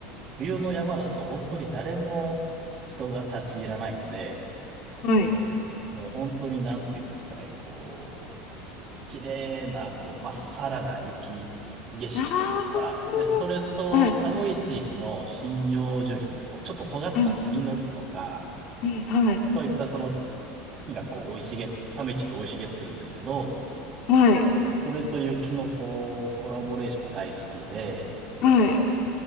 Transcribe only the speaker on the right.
冬の山だと本当に誰も人が立ち入らないんで、
もう本当になんていうんですかね、こう、綺麗な、こう、まっさらな雪景色というか、
で、それと寒い地域の針葉樹林、
こう、ちょっと尖った杉の木とか、
そういったその木がこう、生い茂っ、寒い地域が生い茂ってるんですけど、
それと雪のこう、コラボレーションが大好きで、